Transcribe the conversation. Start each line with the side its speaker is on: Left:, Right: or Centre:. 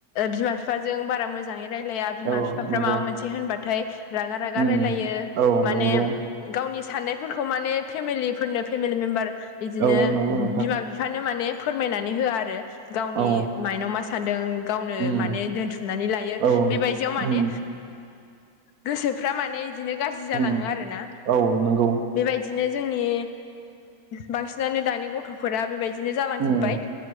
Left: बिमा बिफाजों बारा मोजाङै रायलाया बिमा
Right: औ
Left: बिफाफ्रा
Right: नंगौ
Left: माबा मोनसे होनबाथाय रागा रागा
Right: उम
Left: रायलायो
Right: औ
Left: माने
Right: नंगौ
Left: गावनि साननायफोरखौ माने फेमिलिफोरनो फेमिलि मेम्बार बिदिनो
Right: औ नंगौ
Left: बिमा
Right: नोंथां
Left: बिफा बिखानो माने फोरमायनानै होआ आरो गावनि
Right: औ
Left: माइनाव मा सान्दों गावनो
Right: उम
Left: माने दोनथुमनानै लायो
Right: औ
Left: बेबायदियाव माने
Right: उम
Left: गोसोफ्रा माने बिदिनो गाज्रि जालाङो
Right: उम
Left: आरो ना
Right: औ नंगौ
Left: बेबायदिनो जोंनि बांसिनानो दानि गथ' फोरा बेबायदिनो जालांजोब्बाय
Right: उम